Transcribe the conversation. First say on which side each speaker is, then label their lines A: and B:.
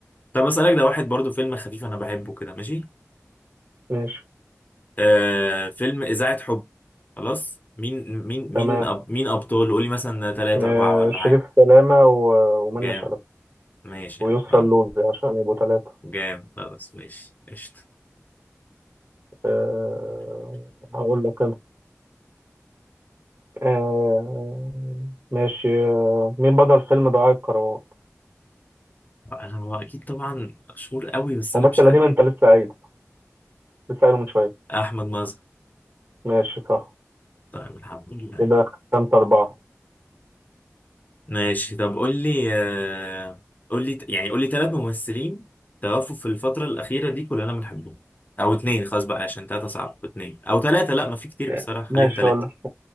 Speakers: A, on the left; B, on the right.
A: طب اسالك ده واحد برضو فيلم خفيف انا بحبه كده ماشي
B: ماشي
A: آه فيلم اذاعه حب خلاص مين مين
B: تمام
A: مين أب مين ابطال قولي مثلا ثلاثة
B: آه،
A: أربعة ولا
B: شريف
A: حاجه
B: سلامه و- ومنة
A: جامد
B: شلبي
A: ماشي
B: ويسرى
A: يعني آه،
B: اللوزي عشان يبقوا ثلاثه
A: جامد خلاص ماشي قشطه
B: أه هقول لك انا آه، ماشي آه، مين بطل فيلم دعاء الكروان
A: انا هو اكيد طبعا مشهور قوي بس
B: ممثل
A: انا مش عارف
B: قديم انت لسه قايل لسه قايله من شويه
A: احمد مظهر
B: ماشي صح
A: طيب الحمد لله
B: كده خمسة أربعة
A: ماشي طب قول لي آه قول لي يعني قول لي ثلاث ممثلين توفوا في الفتره الاخيره دي كلنا بنحبهم او اتنين خلاص بقى عشان تلاتة صعب اتنين او تلاتة لا ما في كتير
B: آه،
A: بصراحة خليهم
B: ماشي
A: تلاتة
B: هقول لك